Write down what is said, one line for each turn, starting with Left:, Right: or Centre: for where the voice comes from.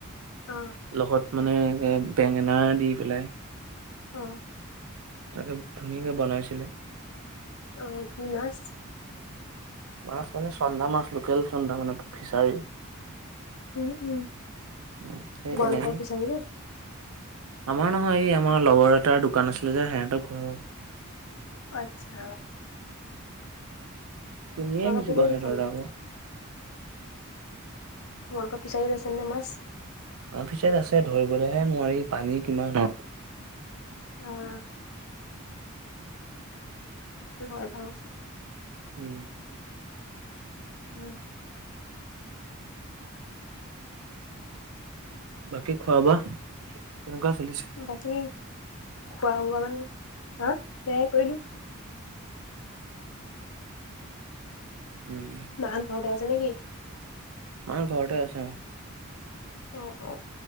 Left: অ
Right: লগত মানে বেঙেনা দি পেলাই
Left: অ
Right: তাকে ধুনীয়াকে বনাইছিলে।
Left: অ কি মাছ
Right: মাছ মানে চন্দা মাছ লোকেল চন্দা মানে ফিচাৰী।
Left: উম উম
Right: উম সেই
Left: তোমালোকৰ
Right: তেনেকেই
Left: ফিচাৰীত নে?
Right: আমাৰ নহয় এই আমাৰ লগৰ এটাৰ দোকান আছিলে যে সিহঁতৰ ঘৰৰ
Left: অ' আচ্ছা।
Right: কিনিয়ে
Left: তোমালোকৰ
Right: আহিছো
Left: পুখুৰীত
Right: বাও সিঁহতৰ
Left: আছে নাই
Right: তাৰ পৰা
Left: তোমালোকৰ ফিচাৰিত আছে নে মাছ
Right: অ' ফিছাৰিত আছে ধৰিবলেহে নোৱাৰি পানী কিমান দ।
Left: অ <unintelligible>
Right: উম।
Left: উম
Right: বাকী খোৱা বোৱা কেনেকুৱা চলিছে
Left: বাকী খোৱা বোৱা মানে হা সেয়াই কৰিলো।
Right: উম।
Left: মাঁহত ঘৰতে আছে নে কি
Right: মা ঘৰতে আছে অ'।
Left: অ অ